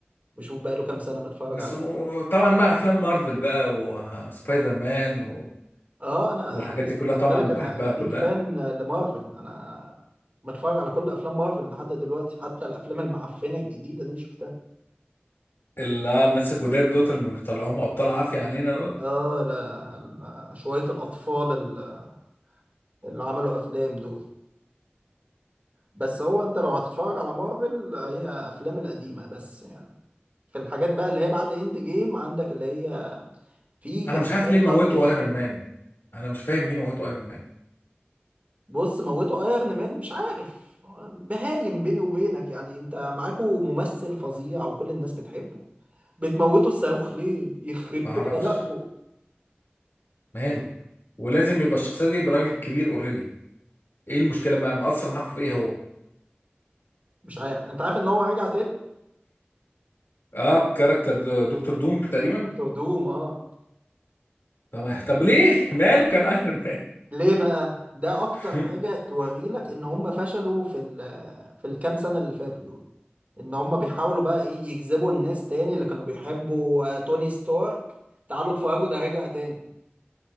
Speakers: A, on the right (about 40°); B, on the left (about 70°).
A: وشوف بقى له كام سنة بتفرج
B: بس
A: عليه
B: و- طبعا مع افلام مارفل بقى وسبايدر مان و...
A: اه انا
B: والحاجات
A: انا بص
B: دي كلها
A: خلي
B: طبعا
A: بالك انا
B: بحبها
A: انا
B: كلها
A: بيك فان آه، لمارفل انا بتفرج على كل افلام مارفل لحد دلوقتي حتى الافلام المعفنة الجديدة دي شفتها
B: اللي آه، الناس الجداد دوت اللي بيطلعوهم ابطال عافيه علينا دوت
A: اه لا, لا شوية الاطفال اللي اللي عملوا افلام دول بس هو انت لو هتتفرج على مارفل هي افلام القديمه بس يعني في الحاجات بقى اللي هي بعد اند جيم عندك اللي هي في كان
B: انا مش
A: مسلسل
B: عارف ليه موتوا
A: فظيع
B: ايرون مان انا مش فاهم ليه موتوا ايرون مان
A: بص موتوا ايرون مان مش عارف بهايم بيني وبينك يعني انت معاكوا ممثل فظيع وكل الناس بتحبه بتموتوا الصاروخ ليه يخرب
B: ما اعرفش
A: بيت غبائكم
B: ماله ولازم يبقى الشخصيه دي يبقى راجل كبير اوريدي ايه المشكله بقى مأثر معاكم في ايه هو
A: مش عارف انت عارف ان هو رجع تاني
B: اه بكاركتر دو- دكتور دوم تقريبا
A: دكتور دوم اه
B: طب طب ليه <laughs> ماله كان ايرون مان
A: ليه بقى ده اكتر
B: <laughs>
A: حاجه توري لك ان هم فشلوا في ال في الكام سنه اللي فاتوا دول ان هم بيحاولوا بقى ايه يجذبوا الناس تاني اللي كانوا بيحبوا آه، توني ستارك تعالوا اتفرجوا ده رجع تاني